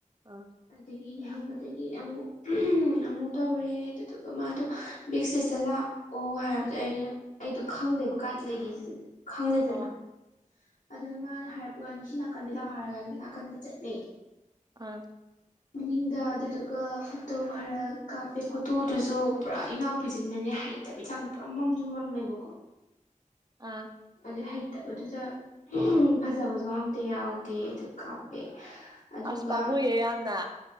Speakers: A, on the right; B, on the left.
A: ꯑ
B: ꯑꯗꯒꯤ ꯂꯩꯍꯧꯕꯗꯒꯤ ꯑꯃꯨꯛ ꯑꯃꯨꯛ ꯇꯧꯔꯦ ꯑꯗꯨꯗꯨꯒ ꯃꯥꯗꯣ ꯕꯦꯛ ꯏꯁꯇꯦꯖꯇ ꯂꯥꯛ ꯑꯣ ꯍꯥꯏꯕꯗꯤ ꯑꯩꯅ ꯑꯩꯗꯣ ꯈꯪꯗꯦꯕ ꯀꯥꯏ ꯂꯩꯒꯦꯖꯤꯗꯤ ꯈꯪꯗꯦꯗꯅ
A: ꯑꯣ
B: ꯑꯗꯨꯅ ꯃꯥꯅ ꯍꯥꯏꯔꯛꯄꯒꯥꯟꯗ ꯁꯤ ꯅꯥꯀꯟꯗ ꯂꯥꯛꯔꯒ ꯅꯥꯀꯟꯗ ꯆꯠꯂꯦ
A: ꯑꯝ
B: ꯃꯅꯤꯡꯗ ꯑꯗꯨꯗꯨꯒ ꯐꯣꯇꯣ ꯈꯔ ꯀꯥꯞꯄꯦ ꯐꯣꯇꯣꯗꯨꯖꯨ ꯄꯨꯔꯥꯛ ꯏꯅꯥꯎꯄꯤꯖꯤꯅꯅꯦ ꯍꯩ ꯇꯕꯩ ꯆꯥꯡꯗ ꯄꯨꯔꯥ ꯃꯝꯖꯨ ꯃꯝꯃꯦꯕꯀꯣ
A: ꯑꯥ
B: ꯑꯗꯩ ꯍꯩꯇꯕꯗꯨꯗ ꯎꯝ ꯐꯖꯕꯖꯨ ꯑꯝꯇ ꯌꯥꯎꯗꯦ ꯑꯗꯨ ꯀꯥꯞꯄꯦ ꯑꯗꯨꯒ
A: ꯑꯁ ꯄꯥꯝꯃꯨꯏꯌꯦ ꯌꯥꯝꯅ